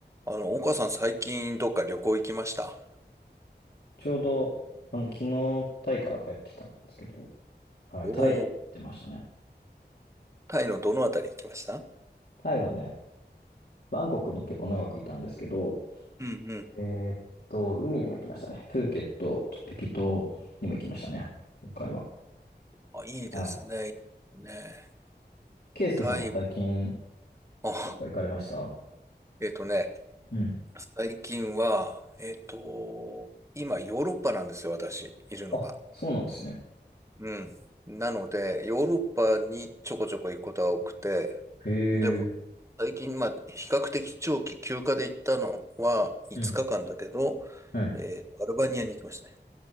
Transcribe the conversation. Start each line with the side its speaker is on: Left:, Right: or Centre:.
Right: あの、岡さん最近どっか旅行行きました
Left: ちょうど、あの、昨日、タイから帰ってきたんですけど、はい、
Right: おおー。
Left: タイ行ってましたね。
Right: タイのどのあたり行きました
Left: タイはね、バンコクに結構長くいたんですけど、
Right: うんうん。
Left: えーっと、海にも行きましたね。プーケットとピピ島にも行きましたね、今回は。
Right: あ、いいですね。
Left: はい。
Right: いいですね。
Left: ケイスケさんは最近、
Right: タイ、あ、
Left: どっか行かれました
Right: えっとね、
Left: うん。
Right: 最近は、えっと、今ヨーロッパなんですよ、私、いるのが。
Left: あ、そうなんですね。
Right: うん。なので、ヨーロッパにちょこちょこ行くことが多くて、
Left: へえ。
Right: でも、最近、まあ、比較的長期休暇で行ったのは5日間だけど、
Left: うん。はい。
Right: えーアルバニアに行きましたね。